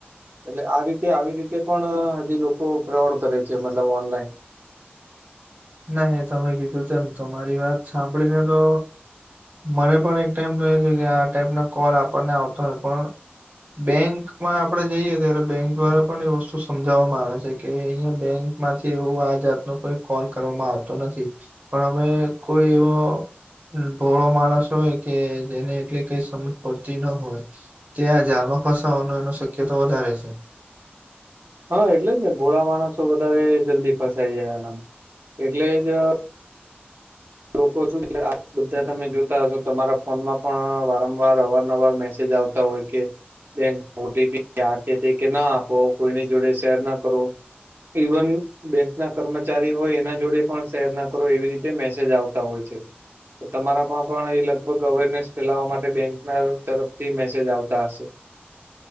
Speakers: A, on the right; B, on the right.
A: એટલે આ રીતે આવી રીતે પણ હજી લોકો ફ્રોડ કરે છે મતલબ ઓનલાઈન.
B: નાહી તમે કીધું તેમ તમારી વાત સાંભળીને તો મને પણ એક ટાઈમ તો એ છે કે આ ટાઈપનો કોલ આપણને આવતો હોય પણ બેંકમાં આપડે જઈએ ત્યારે બેંક દ્વારા પણ એ વસ્તુ સમજાવવામાં આવે છે કે અહિયાં બેંક માંથી એવું આ જાતનો કોઈ કોલ કરવામાં આવતો નથી પણ અમે કોઈ એવો ભોળો માણસ હોય કે જેને એટલી કઈ સમજ પડતી ન હોય ત્યાંજારમાં ફસાવવાનો એનો શક્ય તો વધારે છે.
A: હા એટલે જ ને ભોળા માણસો વધારે જલ્દી ફસાઈ જાય એનામાં એટલે જ લોકો સુું બધા તમે જોતા હશો તમારા ફોનમાં પણ વારંવાર અવારન અવાર મેસેજ આવતો હોય કે બે ઓ તે કે ના આપો કોઈની જોડે શેર ના કરો ઇવન બેંક ના કર્મચારી હોય એના જોડે પણ શેર ના કરો એવી રીતે મેસે જ આવતા હોય છે. તો તમારામાં પણ એ લગભગ અવેરનેસ ફેલાવવા માટે બેંક ના તરફથી મેસેજ આવતા હશે.